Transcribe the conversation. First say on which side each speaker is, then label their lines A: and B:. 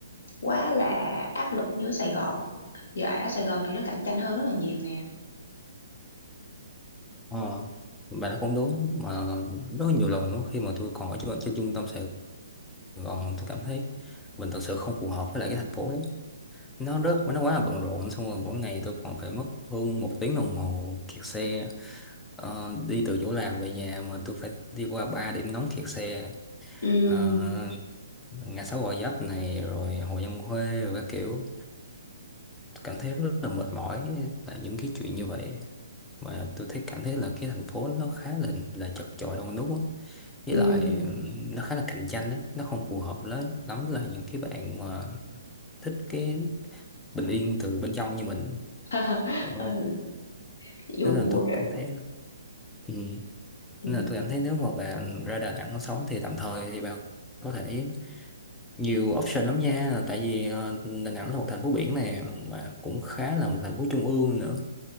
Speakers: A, on the left; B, in the centre.
A: quá là áp lực như ở Sài Gòn giờ ở Sài Gòn thì nó cạnh tranh hơn rất là nhiều nè
B: Ờ, bà nói cũng đúng mà rất nhiều lần lúc khi mà tôi còn ở trên, trên trung tâm Sài Gòn tôi cảm thấy mình thật sự không phù hợp với lại cái thành phố đấy nó rất nó quá là bận rộn xong rồi mỗi ngày tôi còn phải mất hơn một tiếng đồng hồ kẹt xe Ờ, đi từ chỗ làm về nhà mà tôi phải đi qua ba điểm nóng kẹt xe
A: ừ
B: Ờ, ngã sáu Gò Vấp này rồi Hồ Văn Huê rồi các kiểu tôi cảm thấy rất là mệt mỏi tại những cái chuyện như vậy mà tôi thấy cảm thấy là cái thành phố nó khá là là chật chội đông đúc á. với
A: ừ
B: lại ừm, nó khá là cạnh tranh á nó không phù hợp lắm lắm là những cái bạn mà thích cái bình yên từ bên trong như mình
A: <laughs>
B: ờ,
A: ừ dù
B: nên là tôi cảm thấy ừ.
A: ừ
B: nên là tôi cảm thấy nếu mà bạn ra Đà Nẵng sống thì tạm thời thì bạn có thể nhiều option lắm nha tại vì ờ, Đà Nẵng là một thành phố biển này mà cũng khá là một thành phố trung ương nữa